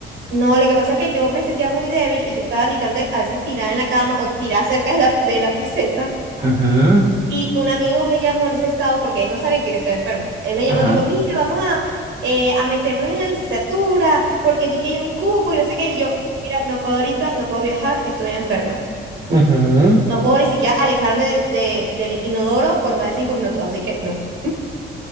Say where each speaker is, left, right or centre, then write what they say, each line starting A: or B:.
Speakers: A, on the right; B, on the right.
A: No, lo que pasa es que yo me sentía muy débil y yo estaba literalmente a veces tirada en la cama o tirada cerca de la, de la <laughs> poceta
B: Ujú,
A: Y un amigo me llamó en ese estado porque él no sabía que yo estaba enferma. Él me
B: Ajá.
A: llamó tipo, mira, vamos a, eh, a meternos en la licenciatura porque vi que hay un cupo y no sé qué. Y yo, mira, no puedo ahorita, no puedo viajar, estoy enferma.
B: <laughs> Ujú,
A: No puedo ni siquiera alejarme del, de- del inodoro por más de cinco minutos, así que no.